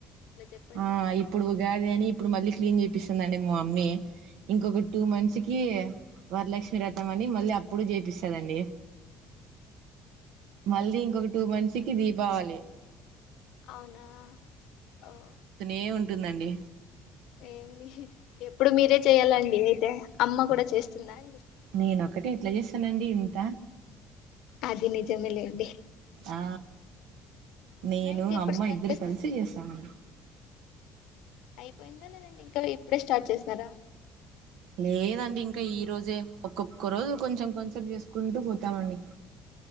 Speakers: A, on the left (about 75°); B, on the right (about 85°).
A: చెప్పండి
B: ఆ ఇప్పుడు ఉగాది అని ఇప్పుడు మల్ ళ్ళ క్లీన్ చేపిస్తుందండి మా మమ్మీ ఇంకొక టూ మంత్స్ కి వరలక్ష్మి వతం అండి మళ్ళీ అప్పుడు చేపిస్తందండి మళ్ళీ ఇంకొక టూ మంత్స్ కి దీపావళి
A: అవునా అవు
B: ఏముంటుందండి
A: ఎం మేది ఎప్ ఇప్పుడు మీరే చెయ్యాలండి అయితే అమ్మ కూడా చేస్తుందా అండి
B: నేనొక్కటి ఎట్లా చేస్తానండి ఇంత
A: అది నిజమే లే అండి
B: ఆ నేను
A: ఇంకా ఇప్పుడు
B: అమ్మ
A: స్టార్ట్
B: ఇద్దరు
A: చేసినారా
B: కలిసి చేసానని
A: అయిపోయిందా లేదండి ఇంకా ఇప్పుడే స్టార్ట్ చేసినారా
B: లేదండి ఇంకా ఈ రోజే ఒక్కొక్క రోజు కొంచెం కొంచెం చేసుకుంటూ పోతామండి